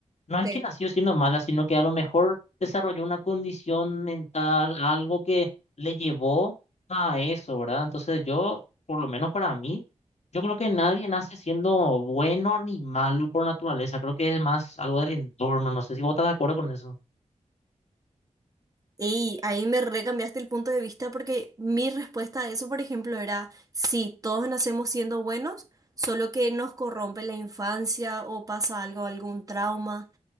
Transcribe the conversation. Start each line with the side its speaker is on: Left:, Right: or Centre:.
Left: no es
Right: sí.
Left: que nació siendo mala, sino que a lo mejor desarrolló una condición mental, algo que le llevó a eso, ¿verdad? Entonces yo, por lo menos para mí, yo creo que nadie nace siendo bueno ni malo por naturaleza. Creo que es más algo del entorno. No sé si vos estás de acuerdo con eso.
Right: Y ahí me recambiaste el punto de vista porque mi respuesta a eso, por ejemplo, era, sí, todos nacemos siendo buenos, solo que nos corrompe la infancia o pasa algo, algún trauma,